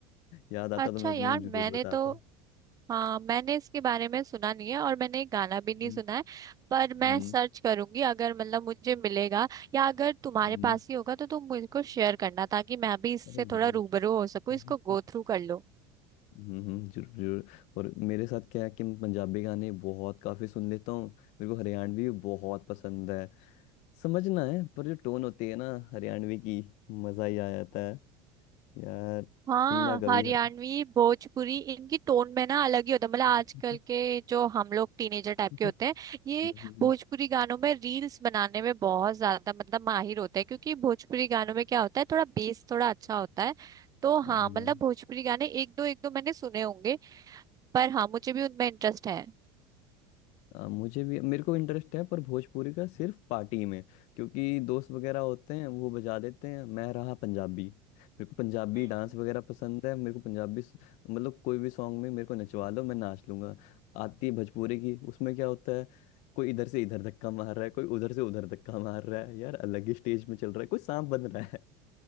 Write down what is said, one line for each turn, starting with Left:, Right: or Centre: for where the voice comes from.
Left: याद आता
Right: अच्छा
Left: तो मैं
Right: यार
Left: तुम्हें
Right: मैंने
Left: जरूर बताता
Right: तो हाँ मैंने इसके बारे में सुना नहीं है और मैंने गाना भी नहीं
Left: हम्म
Right: सुना है पर मैं
Left: हम्म
Right: सर्च करूंगी अगर मतलब मुझे मिलेगा या अगर तुम्हारे
Left: हम्म,
Right: पास ही होगा तो तुम मुझको शेयर करना ताकि मैं भी इससे
Left: अरे जरूर
Right: थोड़ा रूबरू हो सकूं
Left: <laughs>
Right: इसको गो थ्रू कर लो
Left: हम्म हम्म, जरूर जरूर और मेरे साथ क्या है कि मैं पंजाबी गाने बहुत काफी सुन लेता हूँ मेरे को हरियाणवी भी बहुत पसंद है समझना है पर जो टोन होती है ना हरियाणवी की मजा ही आ जाता है यार
Right: हाँ
Left: सुनना कभी
Right: हरियाणवी
Left: है
Right: भोजपुरी इनकी टोन में ना अलग ही होता है मतलब आजकल
Left: <laughs>
Right: के जो हम लोग टीनेजर टाइप
Left: हम्म,
Right: के होते हैं ये
Left: हम्म,
Right: भोजपुरी गानों में रील्स बनाने में बहुत ज्यादा मतलब माहिर होते हैं क्योंकि भोजपुरी गानों में क्या होता है थोड़ा बेस थोड़ा अच्छा होता है तो हाँ
Left: हाँ।
Right: मतलब भोजपुरी गाने एक दो एक दो मैंने सुने होंगे पर हाँ मुझे भी उनमें इंटरेस्ट है
Left: आ, मुझे भी मेरे को इंटरेस्ट है पर भोजपुरी का सिर्फ पार्टी में क्योंकि दोस्त वगैरह होते हैं वो बजा देते हैं मैं रहा पंजाबी मेरे को पंजाबी
Right: हम्म
Left: डांस वगैरह पसंद है मेरे को पंजाबी स- मतलब कोई भी सॉन्ग में मेरे को नचवा लो मैं नाच लूंगा आती है भोजपुरी की उसमें क्या होता है कोई इधर से इधर धक्का मार रहा है कोई उधर से उधर धक्का मार रहा है यार अलग ही स्टेज में चल रहा है कोई सांप बन रहा है